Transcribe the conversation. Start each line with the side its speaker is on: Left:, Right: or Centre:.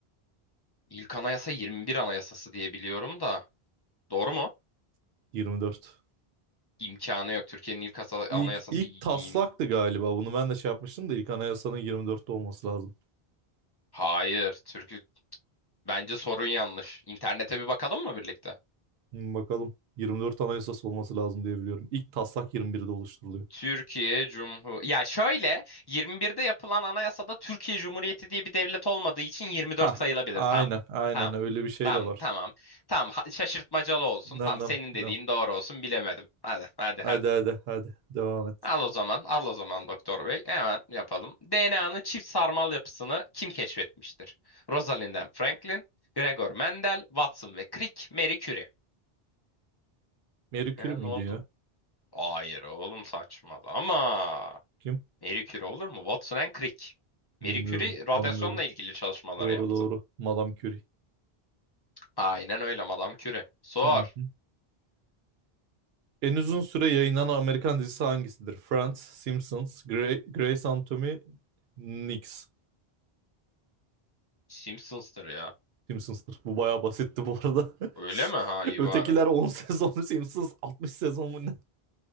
Left: ilk anayasa 21 anayasası diye biliyorum da. Doğru mu?
Right: 24.
Left: İmkanı yok. Türkiye'nin ilk asa-
Right: İlk,
Left: anayasası
Right: ilk
Left: bin.
Right: taslaktı galiba. Bunu ben de şey yapmıştım da ilk anayasanın 24'te olması lazım.
Left: Hayır, Türkiye bence sorun yanlış. İnternete bir bakalım mı birlikte?
Right: Hmm, Bakalım. 24 anayasası olması lazım diye biliyorum. İlk taslak 21'de oluşturuluyor.
Left: Türkiye Cumhur Ya şöyle 21'de yapılan anayasada Türkiye Cumhuriyeti diye bir devlet olmadığı için 24
Right: Hah,
Left: sayılabilir.
Right: aynen,
Left: Tamam.
Right: aynen
Left: Tamam.
Right: öyle bir şey
Left: Tamam,
Right: de var.
Left: tamam. Tamam, ha- şaşırtmacalı olsun.
Right: Nem
Left: Tamam,
Right: nem
Left: senin
Right: nem.
Left: dediğin doğru olsun. Bilemedim. Hadi, hadi,
Right: Hadi
Left: hadi.
Right: hadi hadi devam et.
Left: Al o zaman, al o zaman Doktor Bey. Hemen yapalım. DNA'nın çift sarmal yapısını kim keşfetmiştir? Rosalind and Franklin, Gregor Mendel, Watson ve Crick, Marie Curie.
Right: Marie Curie
Left: Ha,
Right: miydi
Left: ne oldu?
Right: ya?
Left: Hayır oğlum saçmalama.
Right: Kim?
Left: Marie Curie olur mu? Watson and Crick.
Right: Bilmiyorum,
Left: Marie Curie radyasyonla
Right: tanımıyorum.
Left: ilgili çalışmaları
Right: Doğru
Left: yaptı.
Right: doğru. Madame Curie.
Left: Aynen öyle Madame Curie. Sor.
Right: Hmm. En uzun süre yayınlanan Amerikan dizisi hangisidir? Friends, Simpsons, Grey, Grey's Anatomy, Nix.
Left: Simpsons'tır ya.
Right: Simpsons'tır. Bu bayağı basitti bu arada.
Left: Öyle
Right: <laughs>
Left: mi? Ha iyi
Right: Ötekiler
Left: bari.
Right: 10 sezon, <laughs> Simpsons 60 sezon mu ne?